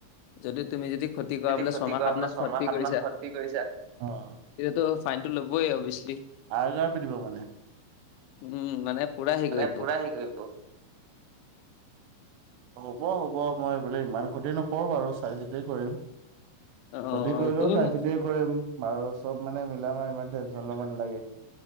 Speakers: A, on the left; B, on the right.
A: যদি তুমি যদি ক্ষতি কৰাবলৈ
B: যদি ক্ষতি
A: ছমাহ
B: কৰা
A: সাতমাহ
B: বোলে ছমাহ
A: ক্ষতি
B: সাত
A: কৰিছা
B: মাহ ক্ষতি কৰিছা। অ'
A: এতিয়াতো ফাইনটো লবই অভিয়াচলি।
B: আৰগাৰ পিটিব মানে
A: উম' মানে পুৰা হেৰি
B: মানে
A: কৰিব
B: পুৰা হেৰি কৰিব হ'ব হ'ব মই বোলে ইমান ক্ষতি নকৰো বাৰু চাই চিতিয় কৰিম
A: অ'
B: কতি কৰিলেও
A: তুমি
B: চাই
A: মোক
B: চিতিয়ে কৰিম আৰু চব মানে মিলা ম আৰু ইমান টেনশন ল'ব নালাগে